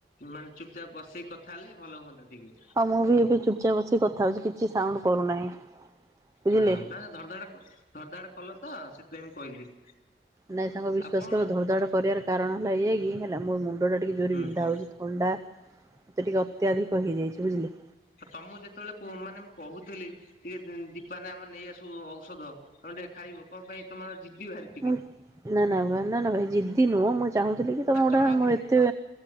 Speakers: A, on the left (about 50°); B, on the right (about 20°).
A: ମାନେ ଚୁପଚାପ୍ ବସିକି କଥା ହେଲେ ଭଲ ହୁଅନ୍ତା ଟିକେ।
B: ହଁ ମୁଁ ବି ଏବେ ଚୁପଚାପ ବସିକି କଥା ହଉଛି କିଛି ସାଉଣ୍ଡ କରୁନାହିଁ। ବୁଝିଲେ।
A: ହଁ ଧରଧାଡ ଧରଧାଡ କଲ ତ ସେଥିପାଇଁ ମୁ କହିଲି।
B: ନାଇଁ ସାଙ୍ଗ ବିଶ୍ୱାସ
A: ଆଉ କଣ
B: କର ଧର ଧାଡ଼ କରିବାର କାରଣ ହେଲା ଏୟା କି ହେଲା ମୋ ମୁଣ୍ଡ ଟା ଟିକେ ଜୋରେ
A: ହୁଁ
B: ବିନ୍ଧା
A: ହୁଁ
B: ହେଉଛି। ଅଣ୍ଡା ମତେ ଟିକେ ଅତ୍ୟଧିକ ହେଇଯାଇଛି ବୁଝିଲେ।
A: ଆ ତମକୁ ଯେତେବେଳେ ମାନେ ମୁଁ କହୁଥିଲି ଟିକେ ଦୀପାନେ ଆମେ ନେଇ ଆସୁ ଔଷଧ ତମେ ଟିକେ ଖାଇବ କଁ ପାଇଁ ତମର ଜିଦିଭାରି।
B: ମୁଁ ନା ନା ନା ନା ଭାଇ ଜିଦ୍ଦି ନୁହଁ ମୁଁ ଚାହୁଁଥିଲି କି ତମ
A: ନା
B: ଗୋଟା
A: ଚଢା ଟିକେ
B: ମୋର ଏତେ